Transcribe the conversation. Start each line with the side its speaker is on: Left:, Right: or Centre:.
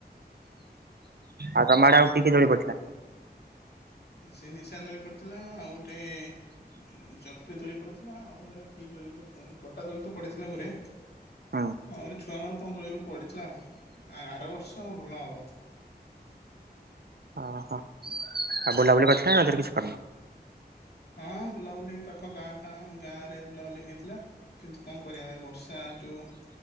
Right: ଆଉ ତମ ଆଡେ କି କି ଦୋଳି ପଡ଼ିଥିଲା?
Left: ସେ ନିଶାନ୍ ଦୋଳି ପଡିଥିଲା ଆଉ ଗୋଟେ ଉ ଚକ୍ରି ଦୋଳି ପଡିଥିଲା ଆଉ ଗୋଟେ ଗୋଟେ କିଏ ଦୋଳି କଣ ପଟା ଦୋଳି ତ ପଡିଥିଲା ଗୋରେ
Right: ହୁଁ
Left: ଆଉରି ଛୁଆଙ୍କର କଣ ଦୋଳି ପଡିଥିଲା ଆ ଆର ବର୍ଷ ଭଲ ହବ।
Right: ଅ ହ। ଆଉ ବୁଲାବୁଲି କରିଥିଲ ନା <inaudible> ରେ କିଛି କରିନ।
Left: ହଁ ବୁଲାବୁଲି ଏଇ ପାଖ ଗାଁ ଫାଁ ଗାଁ ରେ ବୁଲାବୁଲି ହେଇଥିଲା। କିନ୍ତୁ କଣ କରିବା ଏ ବର୍ଷା ଯୋଉ